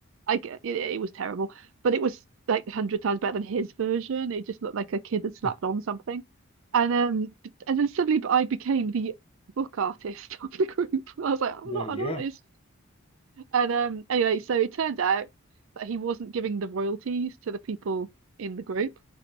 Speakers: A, on the right; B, on the left.
A: I g- it, it was terrible, but it was like a hundred times better than his version. It just looked like a kid had slapped
B: <laughs>
A: on something, and um, and then suddenly I became the book artist <laughs> of the group. I was like, I'm
B: There
A: not
B: you
A: an
B: go.
A: artist. And um, anyway, so it turned out that he wasn't giving the royalties to the people in the group,